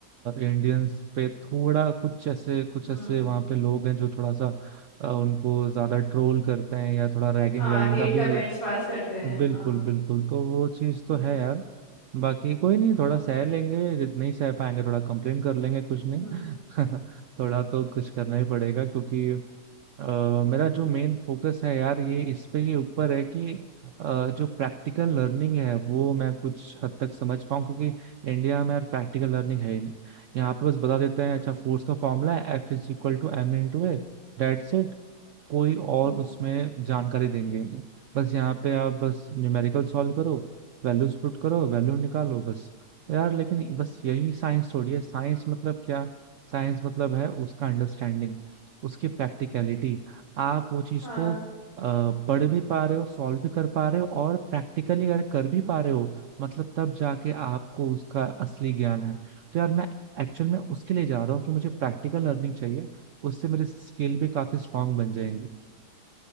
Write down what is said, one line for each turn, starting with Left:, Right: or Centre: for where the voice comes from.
Right: इंडियंस पे थोड़ा कुछ ऐसे कुछ ऐसे
Left: हम्म
Right: वहाँ पे लोग हैं जो थोड़ा सा अ, उनको ज्यादा ट्रोल करते हैं या थोड़ा रैगिंग
Left: हाँ
Right: वैगिंग
Left: हेट
Right: का भी
Left: कमेंट्स पास करते हैं
Right: बिल्कुल
Left: हाँ
Right: बिल्कुल तो वो चीज
Left: हम्म
Right: तो है यार बाकी कोई नहीं
Left: हम्म
Right: थोड़ा सह लेंगे जितना ही सह पाएंगे थोड़ा कंप्लेन कर लेंगे कुछ नहीं
Left: हम्म
Right: <laughs> थोड़ा तो कुछ करना ही पड़ेगा क्योंकि अ, मेरा जो मेन फोकस है यार ये इस पे ही ऊपर है कि अ, जो प्रैक्टिकल लर्निंग है वो मैं कुछ हद तक समझ पाऊँ क्योंकि इंडिया में यार प्रैक्टिकल लर्निंग है ही नहीं यहाँ पे बस बता देते हैं अच्छा
Left: हम्म
Right: फोर्स का फॉर्मूला है एफ is equal to एम in to ए that's it, कोई
Left: हम्म,
Right: और उसमें जानकारी देंगे नहीं बस यहाँ पे आप बस न्यूमेरिकल सॉल्व करो वैल्यूज पुट करो वैल्यू निकालो बस यार लेकिन बस यही साइंस थोड़ी है साइंस मतलब क्या साइंस मतलब है उसका अंडरस्टैंडिंग उसकी प्रैक्टिकलिटी आप वो चीज
Left: हाँ
Right: को अ, पढ़ भी पा रहे हो सॉल्व भी कर पा रहे हो और प्रैक्टिकली अगर कर भी पा रहे हो मतलब तब जाके आपको उसका असली ज्ञान है तो यार मैं एक्चुअल में उसके लिए जा रहा हूँ कि मुझे प्रैक्टिकल लर्निंग चाहिए उससे मेरी स्किल भी काफी स्ट्रांग बन जाएंगी